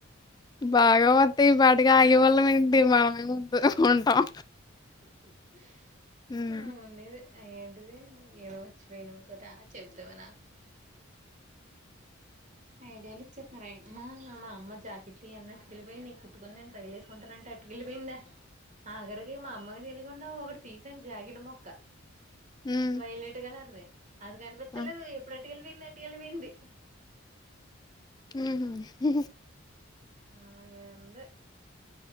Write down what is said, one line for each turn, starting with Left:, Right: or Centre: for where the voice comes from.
Left: బాగావ పాటిగా ఆయేవాళ్ళం ఏంటి మనేము ఉంటాం
Right: <inaudible>
Left: హ్మ్
Right: ఆలా ఉండేది ఆ ఏంటిది ఏదో మర్చ్చిపోయిను ఇంకోట చెబదామనా ఐడియాలు ఇచ్చేస్తున్నారుమ్మా మా అమ్మ జాకెట్లు అన్న అటుకెళ్ళిపోయి నీ కుట్టుకొని నే ట్రై వసుకుంటారంటే అటుకెళ్ళిపోయిందా ఆగరికి మా అమ్మ తెలి అ ఒకడ తీసాం జాకిట్ మొక్క
Left: హ్మ్
Right: వైలేెట్ కలర్ దే అది కనిపిత్తలేదు
Left: ఆ
Right: ఎప్పుడాన్ తెల్పింద తెలిపింది
Left: హ్మ్ హు
Right: ఆ మాది అంతే